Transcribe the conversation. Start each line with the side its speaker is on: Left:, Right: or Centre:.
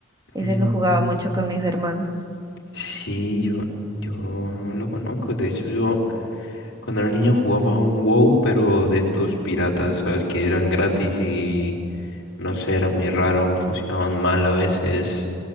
Right: ese
Left: Mm,
Right: lo jugaba mucho con mis hermanos.
Left: sí, yo, yo lo conozco, de hecho yo... Cuando era niño jugaba un WoW, pero de estos piratas, ¿sabes? Que eran gratis y no sé, era muy raro, funcionaban mal a veces.